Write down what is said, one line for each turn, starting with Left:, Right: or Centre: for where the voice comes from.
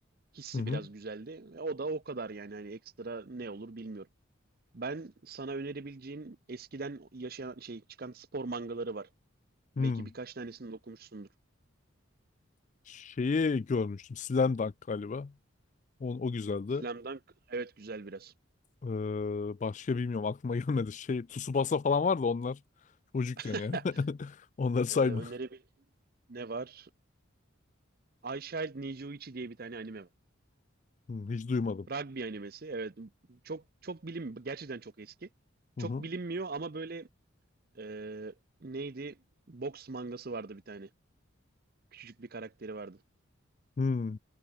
Right: hissi
Left: Hı hı.
Right: biraz güzeldi. E, O da o kadar yani hani ekstra ne olur bilmiyorum. Ben sana önerebileceğim eskiden yaşayan şey çıkan spor mangaları var.
Left: Hı.
Right: Belki birkaç tanesini de okumuşsundur.
Left: Şeyi görmüştüm. Slam Dunk galiba. O, o güzeldi.
Right: Slam Dunk evet güzel biraz.
Left: Ee, başka bilmiyorum aklıma <laughs> gelmedi. Şey Tsubasa falan vardı onlar. Çocukken
Right: <laughs>
Left: yani. <laughs> Onları sayma.
Right: Ee, önerebileceğim ne var? I Child Nijiuichi diye bir tane anime var.
Left: Hı, hiç duymadım.
Right: Rugby animesi. Evet çok çok bilim gerçekten çok eski.
Left: Hı
Right: Çok
Left: hı.
Right: bilinmiyor ama böyle e, neydi? Boks mangası vardı bir tane. Küçücük bir karakteri vardı.
Left: Hı.